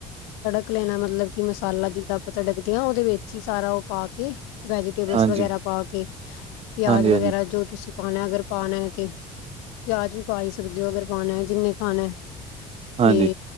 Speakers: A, on the left; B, on the right.
A: ਤੱਕ ਲੈਣਾ ਮਤਲਬ ਕਿ ਮਸਾਲਾ ਜਿੱਦਾਂ ਆਪਾਂ ਤੜਕਦੇ ਆਂ ਓਦੇ ਵਿੱਚ ਈ ਸਾਰਾ ਓ ਪਾ ਕੇ। ਵੈਜੀਟੇਬਲਸ
B: ਹਾਂਜੀ
A: ਵਗੈਰਾ ਪਾ ਕੇ, ਪਿਆਜ
B: ਹਾਂਜੀ ਹਾਂਜੀ
A: ਵਗੈਰਾ ਜੋ ਤੁਸੀਂ ਪਾਣਾ ਅਗਰ ਪਾਣਾ ਏ ਤੇ, ਪਿਆਜ ਵੀ ਪਾ ਈ ਸਕਦੇ ਓ ਅਗਰ ਪਾਣਾ। ਜਿੰਨੇ ਖਾਣਾ ਐ। ਤੇ
B: ਹਾਂਜੀ